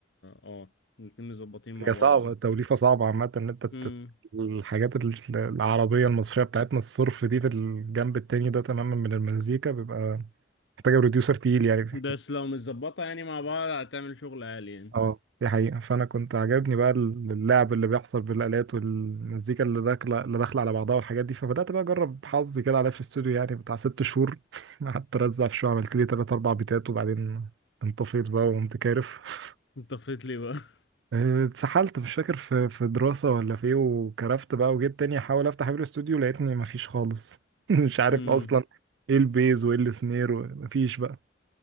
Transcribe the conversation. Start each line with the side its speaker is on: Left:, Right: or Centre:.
Left: اه الاتنين مظبطين مع
Right: هي
Left: بعض
Right: صعبه توليفه صعبه عامه ان انت تت-
Left: يعني
Right: الحاجات ال- العربيه المصريه بتاعتنا الصرف دي في الجنب التاني ده تماما من المزيكا بيبقى محتاجه بروديوسر تقيل يعني
Left: بس لو متظبطة يعني مع بعض هتعمل شغل عالي يعني
Right: اه دي حقيقة فأنا كنت عجبني بقى ال- اللعب اللي بيحصل بالآلات والمزيكا اللي داخلة اللي داخلة على بعضها والحاجات دي فبدأت بقى أجرب حظي كده عليا في الاستوديو يعني بتاع ست شهور <laughs> قعدت أرزع في شوية عملت لي تلات أربع بيتات وبعدين انطفيت بقى وقمت كارف <laughs>
Left: انت فايت لي بقى <laughs>
Right: آه، اتسحلت مش فاكر في في دراسة ولا في ايه وكرفت بقى وجيت تاني أحاول أفتح بير الاستوديو لقيتني مفيش خالص <laughs> مش عارف
Left: امم
Right: مم. أصلا ايه البيز وايه السنير ومفيش بقى